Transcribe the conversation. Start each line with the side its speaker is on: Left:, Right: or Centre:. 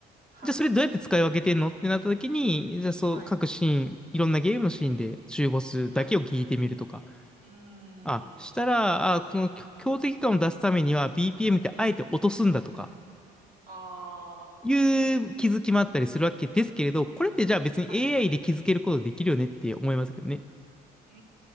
Right: はい。
Centre: じゃあそれどうやって使い分けてんのってなった時に、じゃあそう各シーン、
Right: はい。
Centre: いろんなゲームのシーンで中ボスだけを聞いてみるとか。
Right: はい。うーん。
Centre: あ、したら、あ、この強強敵感を出すためには BPM ってあえて落とすんだとか、
Right: はい。あー。
Centre: いう気づきもあったりするわけですけれど、これってじゃあ別に
Right: はい。
Centre: AI で気づけることできるよねって思いますけどね。
Right: うー